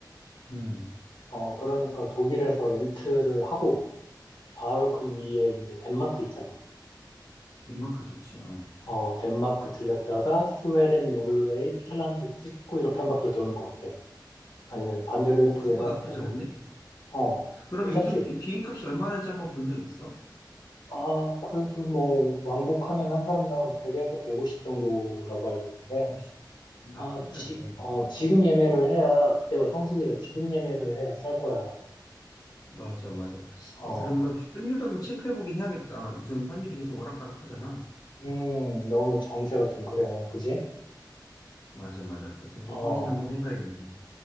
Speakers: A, on the left; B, on the left.
A: 음.
B: 어, 그러니까 독일에서 렌트를 하고, 바로 그 위에 이제 덴마크 있잖아.
A: 덴마크 좋지. 어.
B: 어, 덴마크 들렸다가 스웨덴, 노르웨이, 핀란드 찍고 이렇게 한 바퀴 도는 거 어때? 아니면 반대로 이렇게
A: 그거
B: 내려와도
A: 나쁘지
B: 되고.
A: 않네.
B: 어,
A: 그러면
B: 괜찮지?
A: 요즘 비행기 값이 얼마나 하는지 한번 본 적 있어?
B: 아, 그래도 뭐 왕복하면 한 사람당 한 100에서 150 정도라고 알고 있는데.
A: 글씨. 나쁘지
B: 아, 지,
A: 않네.
B: 어, 지금 예매를 해야 그때가 성수기라 지금 예매를 해야 쌀 거야.
A: 맞아, 맞아.
B: 어,
A: 어, 그러면
B: 그-
A: 환율도 한번 체크해 보긴 해야겠다. 요즘 환율이 계속 오락가락 하잖아.
B: 음, 너무 정세가 좀 그래요. 그지?
A: 맞아, 맞아. 그래서 그거
B: 어,
A: 확인 한번 해봐야겠네.